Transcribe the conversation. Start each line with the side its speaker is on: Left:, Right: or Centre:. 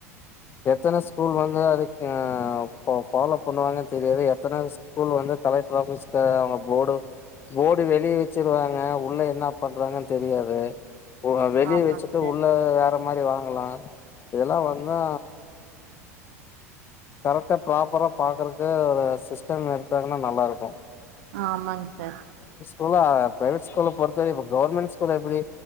Left: எத்தன ஸ்கூல் வந்து அதுக்கே ஃபா ஃபாலோ பண்ணுவாங்க தெரியாது எத்தன ஸ்கூல் வ அந்து கலைட்ராபீஸ் க அவுங்க போடு போடு வெளிய வெச்சிருவாங்க உள்ள என்னா பண்றாங்கன் தெரியாது உ அ வெளிய
Right: ஆமாங்க
Left: வெச்சிட்டு
Right: சார்
Left: உள்ள வேற மாரி வாங்கலா இதலா வந்தா கரட்டா ப்ராப்பரா பாக்கறக்கு ஒரு சிஸ்டம் எடுத்தாங்னா நல்லாருக்கு
Right: ஆமாங்சர்
Left: கூலா ப்ரைவேட் ஸ்கூல பொறுத்தவரி இப்ப கவுர்மெண் ஸ்கூல் எப்புடி